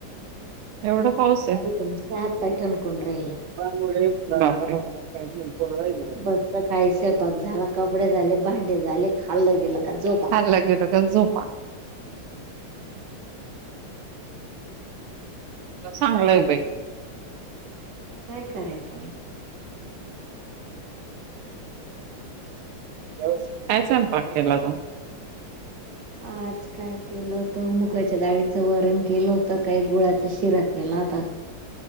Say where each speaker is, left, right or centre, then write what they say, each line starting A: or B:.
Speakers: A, on the right; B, on the right.
A: एवढा पाऊस आहे.
B: माझे हात पाय ठणकून राहिले
A: मुळे काही कोड आहे
B: मस्त काही स्वयंपाक झाला कपडे झाले भांडे झाले खाल्लं गेलं का झोपा
A: खाल्लं गेला तर झोपा आता चांगलंय बाई
B: काय करायचं मग
A: काय स्वयंपाक केला होता
B: आज काय केलं होत मुगाच्या डाळीचं वरण केलं होतं काय गुळाच्या शिरा गला त